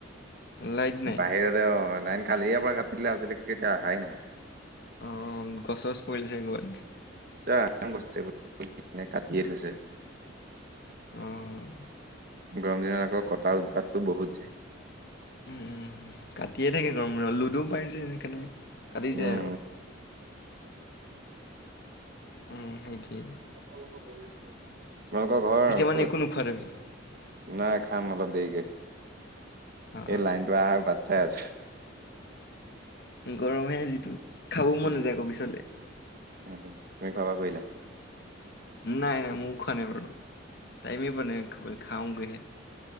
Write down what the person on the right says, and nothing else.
বাহিৰতে অ, লাইন কালিৰে পৰা কাটি দিলে, আজিলৈকে এতিয়া আহাই নাই।
আ, বস্ত কাটিয়ে থৈছে।
গৰম দিনত আকৌ কটাল উৎপাতটো বহুত যে।
উম
কথা বতৰা দে তোমালোকৰ ঘৰ
ক'ত?
নাই খা খাম অলপ দেৰিকে,
এই লাইনটো অহা বাট চাই আছো।
উম
সেইটো তুমি খোৱা বোৱা কৰিলা